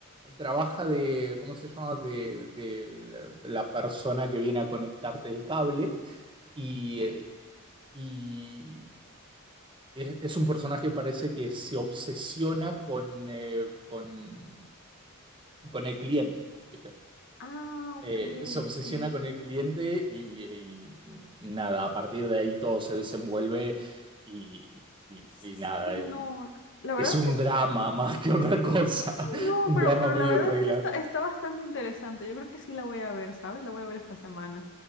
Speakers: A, on the right; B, on the left.
A: mm, trabaja de, ¿cómo se llama? De, de la persona que viene a conectarte el cable y, eh, y es, es un personaje que parece que se obsesiona con, eh, con, con el cliente, ¿viste?
B: Ah, ok,
A: Eh, se obsesiona
B: ok.
A: con el cliente y, y nada, a partir de ahí todo se desenvuelve y, y-
B: S-
A: y nada,
B: Sí, no.
A: eh,
B: La verdad
A: Es
B: es
A: un
B: que es-
A: drama más que otra cosa.
B: sí,
A: <laughs>
B: no,
A: Un
B: pero,
A: drama
B: pero
A: medio
B: la verdad
A: trailer.
B: es que está, está bastante interesante. Yo creo que sí la voy a ver, ¿sabes? La voy a ver esta semana.